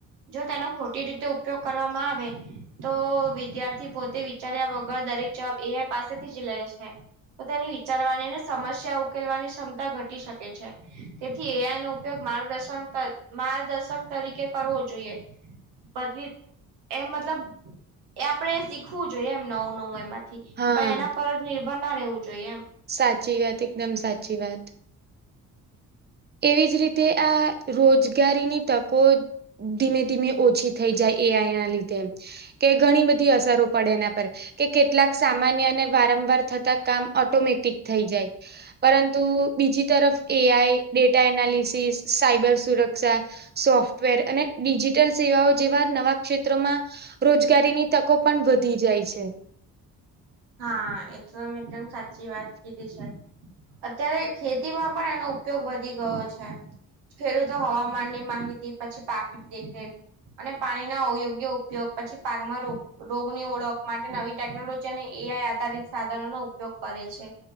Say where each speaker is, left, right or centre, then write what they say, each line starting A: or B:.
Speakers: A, on the right; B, on the right.
A: જો તેનો ખોટી રીતે ઉપયોગ કરવામાં આવે. તો વિદ્યાર્થી પોતે વિચાર્યા વગર દરેક જવાબ એઆઇ પાસેથી જ લેય છે. પોતાની વિચારવાની ને સમશ્યા ઉકેલવાની સમતા ઘટી શકે છે. તેથી એઆઇ નો ઉપયોગ માર્ગદર્શન ત માર્ગદર્શક તરીકે કરવો જોઈએ. બદલીત એ મતલબ એ આપણે શીખવું જોઈએ, એમ નવું નવું એમાં.
B: હા
A: પણ એના પર જ નિર્ભર ના રેવું જોઈએ એમ.
B: સાચી વાત, એકદમ સાચી વાત. એવી જ રીતે આ રોજગારીની તકો ધીમે ધીમે ઓછી થઈ જાય એઆઈના લીધે, કે ઘણી બધી અસરો પડે એના પર. કે કેટલાક સામાન્ય અને વારંવાર થતા કામ ઓટોમેટિક થઈ જાય. પરંતુ બીજી તરફ એઆઈ ડેટા એનાલિસિસ સાયબર સુરક્ષા. સોફ્ટવેર અને ડિજિટલ સેવાઓ જેવા નવા ક્ષેત્રોમાં. રોજગારીની તકો પન વધી જાય છે.
A: હા એ તો તમે એકદમ સાચી વાત કીધી છે. અત્યારે ખેતીમાં પણ એનો ઉપયોગ વધી ગયો છે. ખેડૂતો હવામાનની માહિતી પછી પાકની દેખરેખ. અને પાણીના અવયોગ્ય ઉપયોગ પછી પાકમાં રોગ રોગની ઓળખ માટે નવી ટેકનોલોજીની. એઆઈ આધારિત સાધનો નો ઉપયોગ કરે છે.